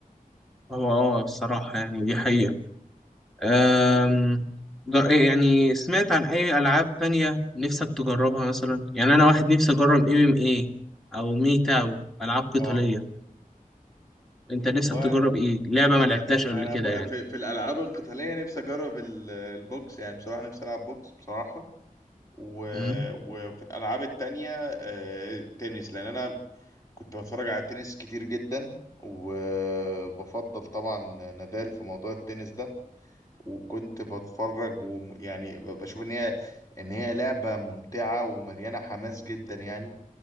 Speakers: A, in the centre; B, on the left.
A: هو آه الصراحة يعني دي حقيقة أم... جر- يعني سمعت عن أي ألعاب تانية نفسك تجربها مثلا يعني أنا واحد نفسي أجرب ام ام ايه أو مي تاو ألعاب قتالية
B: اه
A: أنت
B: والله
A: نفسك تجرب إيه؟ لعبة
B: انا
A: ما لعبتهاش قبل
B: انا
A: كده
B: بقى
A: يعني
B: في, في الالعاب القتالية نفسي اجرب ال- البوكس يعني بصراحة نفسي العب بوكس بصراحة و...
A: مم.
B: وفي الالعاب التانية آه، التنس لان انا كنت بتفرج على التنس كتير جدا وبفضل طبعا نادال في موضوع التنس ده وكنت بتفرج ويعني بشوف ان هي ان هي لعبة ممتعة ومليانة حماس جدا يعني